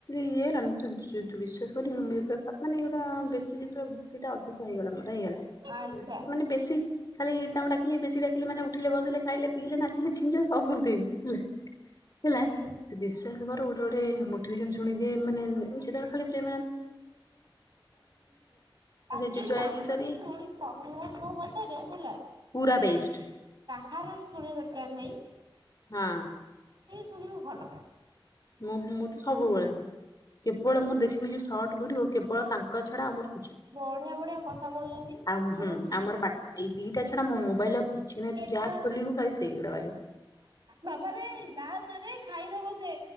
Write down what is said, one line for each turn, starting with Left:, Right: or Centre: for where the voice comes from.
Left: ଇଏ ନା ତ୍-ତୁ ବିଶ୍ଵାସ କରିବୁନି ମାନେ ଏଗୁଟା ବେସି ଯେତେବେଳେ ଭକ୍ତିଟା ଅଧିକ ରହିଗଲା ମୋର ରହିଗଲା।
Right: ଆଚ୍ଛା
Left: ମାନେ ବେଶି ଖାଲି ତାଙ୍କୁ ଡାକିଲି ବେଶି ଡାକିଲି ମାନେ ଉଠିଲେ ବସିଲେ ଖାଇଲେ ପିଇଲେ ନାଚିଲେ ଛିଙ୍କିଲେ ସବୁଥିରେ। ହେଲା। ହେଲା
Right: ହୁଁ।
Left: ଯ ବିଶ। ଗୋଟେ ଗୋଟେ ମୋଟିଭେସନ ମାନେ ପ୍ରେ ଆଉ
Right: ଆକ୍ଚୁଆଲି
Left: ସେ ଯୋଉ ଜୟା
Right: ତାଙ୍କର
Left: କିଶୋରୀ
Right: ହିଁ ଶୁଣି ମୋ ମତରେ ହେଲା।
Left: ପୁରା ବେଷ୍ଟ
Right: ହାର ଶୁଣିବା ଦରକାର ନାଇଁ
Left: ହଁ।
Right: ଶୁଣ ଭଲ।
Left: ମୁଁ ମୁଁ ତ ସବୁବେଳେ କେବଳ ମୁଁ ଦେଖିବି ଯୋଉ ସର୍ଟ ଭିଡିଓ କେବଳ ତାଙ୍କ ଛଡା ଆମର
Right: ବଢିଆ ବଢିଆ କଥା କହୁଛନ୍ତି
Left: ଆଉ ହୁଁ
Right: ଆମର ଝିଅ
Left: ପାଠ ଏଇ ଦିଟା ଛଡା ମୋ ମୋବାଇଲ ଆଉ କିଛି ନାହିଁ ତୁ ଯାହା
Right: ଆରେ
Left: ଖୋଲିବୁ ଖାଲି ସେଇଗୁଡା ବାହାରିବ
Right: ବାବା ରେ। <inaudible> ଖାଇଦବ ସେ